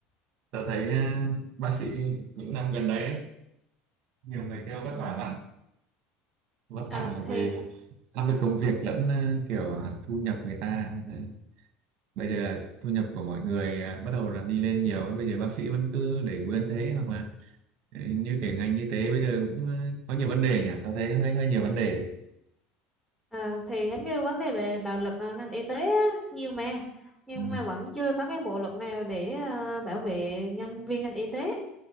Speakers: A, on the right (about 60°); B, in the centre.
A: Tớ thấy ờ, bác sĩ những năm gần đấy ấy, nhiều người kêu
B: ừ.
A: vất vả lắm, vất
B: à,
A: vả
B: thì
A: về áp lực công việc lẫn ờ, kiểu ờ, thu nhập người ta. Đấy. Bây giờ là thu nhập của mọi người ờ, bắt đầu là đi lên nhiều, bây giờ bác sĩ vẫn cứ để nguyên thế hoặc là ờ, như cái ngành y tế bây giờ cũng ờ, có nhiều vấn đề nhỉ, tớ thấy hơi hơi nhiều vấn đề.
B: à, thì giống như vấn đề về bạo lực à, ngành y tế á, nhiều mà nhưng
A: Ừ.
B: mà vẫn chưa có cái bộ luật nào để à, bảo vệ nhân viên ngành y tế